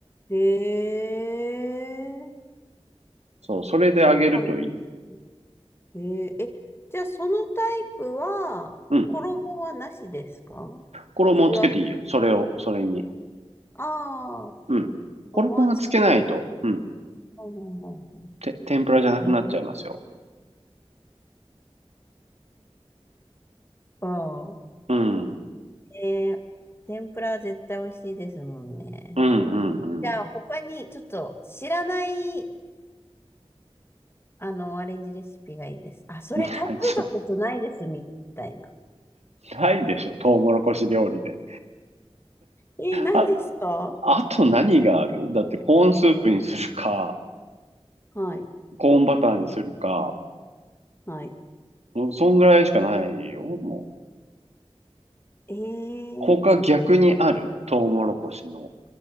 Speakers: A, on the left; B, on the right.
A: へえ、
B: そう、それで揚げるといい。
A: そうなんだねへえ、え、じゃあそのタイプは、
B: うん。
A: 衣はなしですか
B: 衣をつけていいよ。
A: 素
B: それを、それに。
A: ああー、
B: うん。衣はつけないと、
A: 思わず。
B: うん。
A: うんうんうんう
B: て、天ぷらじゃなくなっちゃいますよ。
A: んへえ、ああ、
B: うん。うん
A: へえ、天ぷらは絶対美味しいですもんね。
B: うんうん。
A: じゃあ他にちょっと知らないあの、アレンジレシピがいいです。あ、それ食べたことないです、
B: <laughs> ちょ、
A: みたいな。
B: ないでしょ、トウモロコシ料理で。
A: えー、ないですか
B: あ、あと何があるだってコーンスープにするか、
A: はい、
B: コーンバターにするか、
A: はい。
B: もうそんぐらいしかないよ、もう。
A: えー、
B: 他逆にある、トウモロコシの